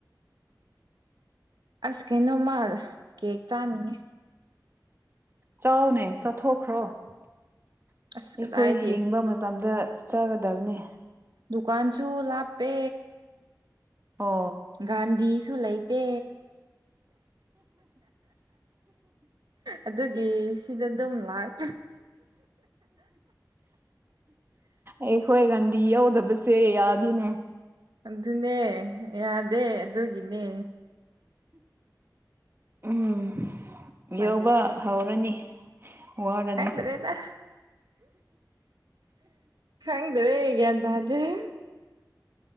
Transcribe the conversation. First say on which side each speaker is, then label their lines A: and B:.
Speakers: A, on the right (about 75°); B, on the right (about 35°).
A: ꯑꯁ ꯀꯩꯅꯣ ꯃꯥꯜ ꯀꯦꯛ ꯆꯥꯅꯤꯡꯉ
B: ꯆꯥꯎꯅꯦ ꯆꯠꯊꯣꯛꯈ꯭ꯔꯣ ꯑꯩꯈꯣꯏ
A: ꯑꯁ ꯀꯗꯥꯏꯗꯤ
B: ꯍꯤꯡꯕ ꯃꯇꯝꯗ ꯆꯥꯒꯗꯕꯅꯤ
A: ꯗꯨꯀꯥꯟꯁꯨ ꯂꯥꯞꯄꯦ
B: ꯑꯣ
A: ꯒꯥꯟꯙꯤꯁꯨ ꯂꯩ ꯇꯦ ꯑꯗꯨꯒꯤ ꯁꯤꯗ ꯑꯗꯨꯝ ꯂꯥꯛ
B: ꯑꯦꯈꯣꯏ ꯀꯅꯤ ꯗꯤ ꯌꯥꯎꯗꯕꯁꯦ ꯌꯥꯗꯅꯦ
A: ꯑꯗꯨꯅꯦ ꯌꯥꯗꯦ ꯑꯗꯨꯒꯤꯅꯦ
B: ꯎꯝ
A: ꯎꯄꯥꯏ
B: ꯌꯧꯕ
A: ꯂꯩꯇꯦ
B: ꯍꯧꯔꯅꯤ ꯋꯥꯔꯅꯨ
A: ꯑꯁ ꯈꯪꯗ꯭ꯔꯦ ꯇ ꯈꯪꯗ꯭ꯔꯦ ꯒꯟ ꯇꯥꯗ꯭ꫪ‌ꯦ